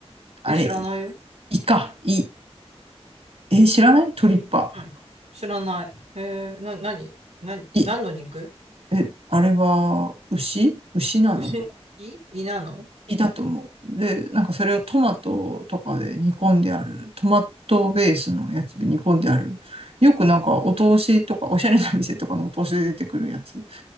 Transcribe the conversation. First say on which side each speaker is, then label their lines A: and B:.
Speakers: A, on the right (about 65°); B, on the right (about 80°).
A: あれ、
B: ね、知らないよ。
A: イカ、イ、え、知らないトリッパ。
B: うん。知らない。えー、な、なに、な、
A: イ、
B: 何の肉
A: え、あれは、牛牛なの
B: 牛の胃胃なの
A: いたと思う。で、なんかそれをトマトとかで煮込んである、トマトベースのやつで煮込んである、よくなんかお通しとか、おしゃれな店とかのお通しで出てくるやつ、